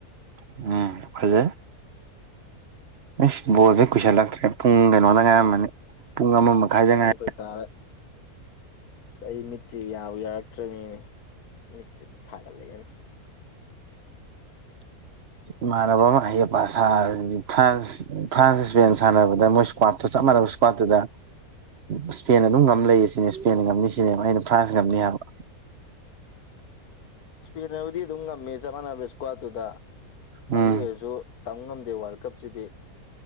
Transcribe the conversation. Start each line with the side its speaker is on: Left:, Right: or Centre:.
Right: ꯎꯝ ꯐꯖꯩ ꯏꯁ ꯕꯣꯜꯖꯦ ꯀꯨꯏꯁꯜꯂꯛꯇ꯭ꯔꯦ ꯄꯨꯡ ꯀꯩꯅꯣꯗ ꯉꯥꯏꯔꯝꯃꯅꯤ ꯄꯨꯡ ꯑꯃ
Left: ꯎꯝ
Right: ꯃꯈꯥꯏꯗ
Left: ꯇꯔꯥꯃꯥꯊꯩꯏ
Right: ꯉꯥꯏ
Left: ꯇꯥꯔꯦ ꯑꯩ ꯃꯤꯠꯁꯦ ꯌꯥꯕꯨ ꯌꯥꯔꯛꯇ꯭ꯔꯃꯤꯅꯦ ꯃꯤꯠꯁꯦ ꯁꯥꯒꯠꯂꯛꯑꯅꯦ
Right: ꯢꯃꯥꯟꯅꯕ ꯑꯃ ꯑꯍꯩ ꯑꯄꯥ ꯁꯥꯕꯖꯤꯗꯤ ꯐ꯭ꯔꯥꯟꯁ ꯐ꯭ꯔꯥꯟꯁ ꯏꯁꯄꯦꯟ ꯁꯥꯟꯅꯕꯗ ꯃꯣꯏ ꯏꯁꯀ꯭ꯋꯥꯠꯇ ꯆꯞ ꯃꯥꯟꯅꯕ ꯏꯁꯀ꯭ꯋꯥꯠꯇꯨꯗ ꯏꯁꯄꯦꯟ ꯑꯗꯨꯝ ꯉꯝ ꯂꯩꯌꯦ ꯁꯤꯅꯦ ꯏꯁꯄꯦꯟ ꯉꯝꯅꯤ ꯁꯤꯅꯤ ꯑꯩꯅ ꯐ꯭ꯔꯥꯟꯁ ꯉꯝꯅꯤ ꯍꯥꯏꯕ
Left: ꯏꯁꯄꯦꯟ ꯅꯕꯨꯗꯤ ꯑꯗꯨꯝ ꯉꯝꯃꯦ ꯆꯞ ꯃꯥꯟꯅꯕ ꯏꯁꯀ꯭ꯋꯥꯠꯇꯨꯗ
Right: ꯎꯝ
Left: ꯑꯗꯨ ꯑꯣꯏꯔꯁꯨ ꯇꯝꯕ ꯉꯝꯗꯦ ꯋꯥꯔꯜ ꯀꯞꯁꯤꯗꯤ